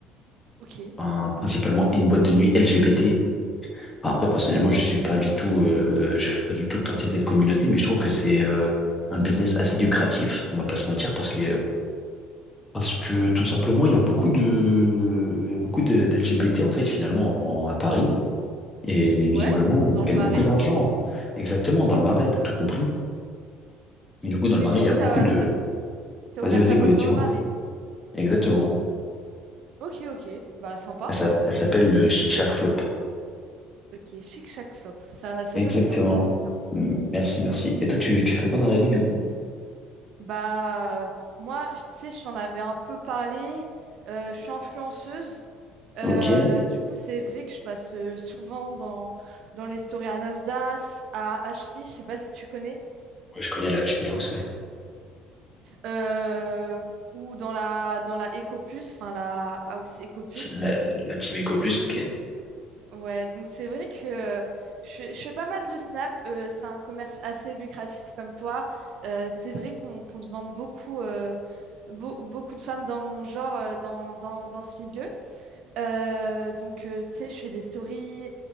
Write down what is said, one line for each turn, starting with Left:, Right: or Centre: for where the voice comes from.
Right: Ok,
Left: enfin, principalement une boîte de nuit LGBT. Enfin, après personnellement, je suis pas du tout, euh, je fais pas du tout partie de cette communauté, mais je trouve que c'est euh, un business assez lucratif, on va pas se mentir, parce que parce que tout simplement, il y a beaucoup de, il y a beaucoup de, d'LGBT en fait finalement en- à Paris, et
Right: ouais,
Left: visiblement on
Right: dans
Left: gagne
Right: le marais.
Left: beaucoup d'argent. Exactement, dans le Marais, t'as tout compris. Et du coup, dans
Right: Mais
Left: le Marais,
Right: du
Left: il
Right: coup,
Left: y a beaucoup
Right: t'as,
Left: de
Right: t'as, t'as
Left: Vas-y,
Right: ouvert
Left: vas-y,
Right: ta boîte
Left: que- dis-moi.
Right: dans le marais.
Left: Exactement.
Right: Ok, ok, bah sympa.
Left: Elle s'app- elle s'appelle le Chic Chac Flop.
Right: Ok, chic chac flop. Ça, ça
Left: Exactement.
Right: sonne bien, ça, j'aime
Left: M- Merci, merci. Et toi, tu, tu fais quoi dans la vie, du coup?
Right: Bah, euh, moi, je- tu sais, je t'en avais un peu parlé. euh, je suis influenceuse. Euh,
Left: Ok. Ouais,
Right: du coup, c'est vrai que je passe euh, souvent dans, dans les stories à Nasdaq, à HMI, je sais pas si tu connais,
Left: Je connais la Ch'mi House, ouais.
Right: euh, ou dans la, dans la Ecoplus, enfin la House Ecoplus.
Left: La, la Team Eco Plus, ok.
Right: Ouais, donc c'est vrai que euh, je, je fais pas mal de snap. euh, c'est un commerce assez lucratif comme toi. Euh, c'est vrai qu'on qu'on demande beaucoup, euh, beau- beaucoup de femmes dans mon genre, euh, dans, dans, dans ce milieu. Euh, donc, euh, tu sais, je fais des stories,